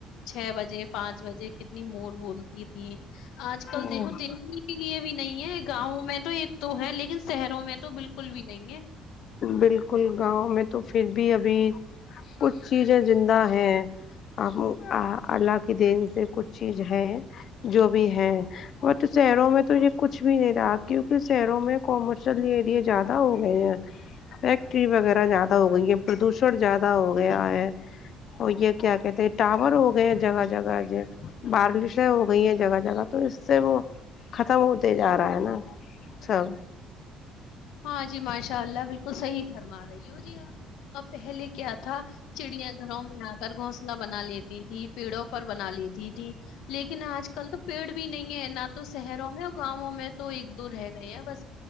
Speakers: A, on the left; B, on the left.
A: چھ بجے پانچ بجے کتنی مور بولتی تھیں آج
B: اب
A: کل دیکھو دیکھنے کے لیے بھی نہیں ہے گاؤں میں تو ایک تو ہے لیکن شہروں میں تو تو بالکل بھی نہیں ہے
B: بالکل گاؤں میں تو پھر بھی ابھی کچھ چیزیں زندہ ہیں اب اللہ کی دین سے کچھ چیز ہے جو بھی ہے بٹ شہروں میں تو یہ کچھ بھی نہیں رہا کیوںکہ شہروں میں کومرشل اریے زیادہ ہو گئے ہیں فیکٹری وغیرہ زیادہ ہو گئی ہے پردوشن زیادہ ہو گیا ہے اور یہ کیا کہتے ہیں ٹاور ہو گئے ہیں جگہ جگہ بارشیں ہو گئی ہیں جگہ جگہ تو اس سے وہ ختم ہوتے جا رہا ہے نا سب
A: ہاں جی ماشاء اللہ بالکل صحیح فرما رہی ہو جی آپ اب پہلے کیا تھا چڑیاں گھروں میں آ کر گ بنا لیتی تھی پیڑوں پر بنا لیتی تھی لیکن آج کل تو پیڑ بھی نہیں ہے نہ تو شہروں میں ا گاؤوں میں تو ایک دور رہ گئی ہے بس